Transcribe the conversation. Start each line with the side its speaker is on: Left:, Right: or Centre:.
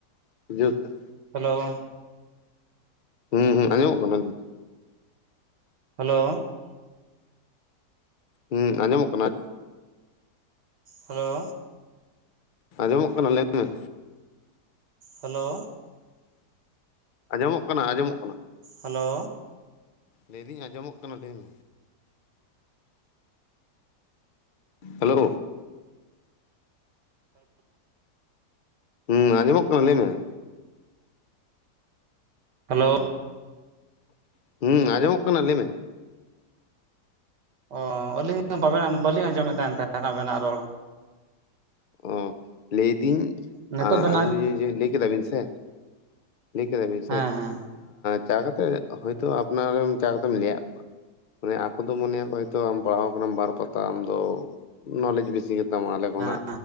Left: ᱵᱩᱡᱷᱟᱹᱣ ᱠᱮ ᱟᱢ <inaudible>
Right: ᱦᱮᱞᱳ
Left: ᱦᱩᱸ ᱦᱩᱸ ᱟᱸᱡᱚᱢᱚᱜ ᱠᱟᱱᱟ ᱜᱚᱝᱠᱮ <inaudible>
Right: ᱦᱮᱞᱳ
Left: ᱦᱩᱸ ᱟᱸᱡᱚᱢᱚᱜ ᱠᱟᱱᱟ।
Right: ᱦᱮᱞᱳ
Left: ᱟᱸᱡᱚᱢᱚᱜ ᱠᱟᱱᱟ ᱞᱟᱹᱭ ᱢᱮ।
Right: ᱦᱮᱞᱳ
Left: ᱟᱸᱡᱚᱢᱚᱜ ᱠᱟᱱᱟ ᱟᱸᱡᱚᱢᱚᱜ ᱠᱟᱱᱟ।
Right: ᱦᱮᱞᱳ
Left: ᱞᱟᱹᱭᱫᱟᱹᱧ ᱟᱸᱡᱚᱢᱚᱜ ᱠᱟᱱᱟ ᱞᱟᱹᱭ ᱢᱮ। ᱦᱮᱞᱳ ᱦᱸ ᱟᱸᱡᱚᱢᱚᱜ ᱠᱟᱱᱟ ᱞᱟᱹᱭ ᱢᱮ।
Right: ᱦᱮᱞᱳ
Left: <inaudible> ᱦᱩᱸ ᱟᱸᱡᱚᱢᱚᱜ ᱠᱟᱱᱟ ᱞᱟᱹᱭ ᱢᱮ।
Right: ᱚᱻ ᱟᱹᱞᱤᱧ ᱵᱟᱵᱮᱱ ᱵᱟᱹᱞᱤᱧ ᱟᱸᱡᱚᱢᱮᱫ ᱛᱟᱦᱮᱱ ᱛᱟᱦᱮᱱᱟ ᱟᱵᱮᱱᱟᱜ ᱨᱚᱲ।
Left: ᱚ ᱞᱟᱹᱭᱫᱤᱧ
Right: ᱱᱤᱛᱚᱜ ᱵᱮᱱ
Left: ᱟᱹᱵᱤᱱ
Right: ᱦᱮᱸ
Left: ᱫᱚ ᱡᱮ ᱞᱟᱹᱭ ᱠᱮᱫᱟ ᱵᱤᱱ ᱥᱮ ᱞᱟᱹᱭ ᱠᱮᱫᱟ ᱵᱤᱱ
Right: ᱦᱮᱸ
Left: ᱥᱮ ᱪᱟ ᱠᱟᱛᱮ ᱦᱚᱳᱭ ᱛᱳ ᱟᱯᱱᱟᱨᱮᱢ ᱪᱟ ᱠᱟᱛᱮᱢ ᱞᱟᱹᱭᱟᱫ ᱠᱚᱣᱟ ᱢᱟᱱᱮ ᱟᱠᱚ ᱫᱚ ᱢᱚᱱᱮᱭᱟ ᱠᱚ ᱦᱚᱭᱛᱚ ᱟᱢ ᱯᱟᱲᱦᱟᱣ ᱟᱠᱟᱱᱟᱢ ᱵᱟᱨ ᱯᱟᱛᱟ ᱟᱢ ᱫᱚ ᱱᱚᱞᱮᱡᱽ ᱵᱮᱥᱤ ᱜᱮᱛ ᱛᱟᱢ ᱟᱞᱮ ᱠᱷᱚᱱᱟᱜ
Right: ᱦᱮᱸ